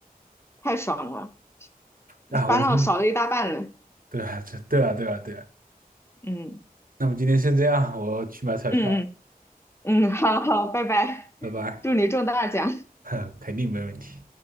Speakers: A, on the left; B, on the right.
A: 太爽了，
B: 啊，
A: 烦恼少了一大半了。
B: 我是对啊，这对啊，对啊，对啊。
A: 嗯
B: 那么今天先这样，我去买彩票
A: 嗯嗯嗯，好好，拜拜，
B: 了拜拜。
A: 祝你中大奖。
B: <laughs> 哼，肯定没问题。